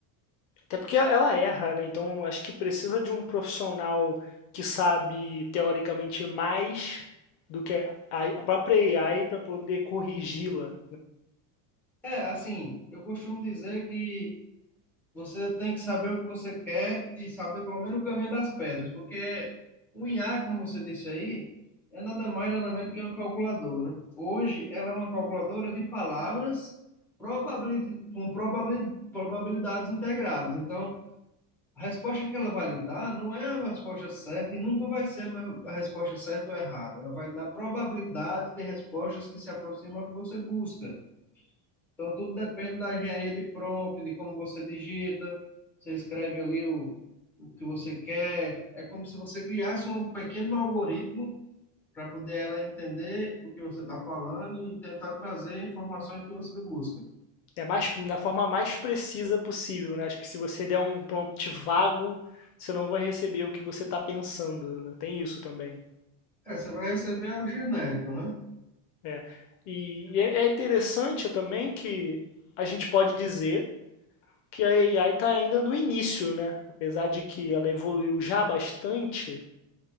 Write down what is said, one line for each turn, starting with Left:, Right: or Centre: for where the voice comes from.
Left: Até porque ela erra, né? Então eu acho que precisa de um profissional que sabe teoricamente mais do que a a própria AI para poder corrigi-la,
Centre: É, assim, eu costumo dizer que Você tem que saber o que você quer e saber pelo menos o caminho das pedras, porque o IA, como você disse aí, é nada mais nada menos que uma calculadora. Hoje ela é uma calculadora de palavras probabili- com probabili- probabilidades integradas. Então, a resposta que ela vai lhe dar não é a resposta certa e nunca vai ser a resposta certa ou errada. Ela vai dar probabilidades de respostas que se aproximam do que você busca. Então, tudo depende da engenharia de prompt, de como você digita, você escreve ali o, o que você quer. É como se você criasse um pequeno algoritmo para poder ela entender o que você está falando e tentar trazer informações que você busca.
Left: É mais da forma mais precisa possível, né? Acho que se você der um prompt vago, você não vai receber o que você está pensando, né? Tem isso também.
Centre: É, você vai receber algo genérico, né?
Left: É. E, e é é interessante também que a gente pode dizer que a AI está ainda no início, né? Apesar de que ela evoluiu já bastante,